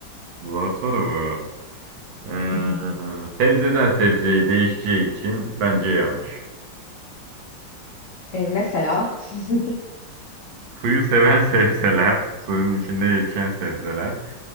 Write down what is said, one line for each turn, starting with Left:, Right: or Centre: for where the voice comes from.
Right: Zor soru bu. Ee,
Left: <laughs>
Right: sebzeden sebzeye değişeceği için bence yanlış.
Left: Ee, mesela. <laughs>
Right: Suyu seven <laughs> sebzeler, suyun içinde yetişen sebzeler.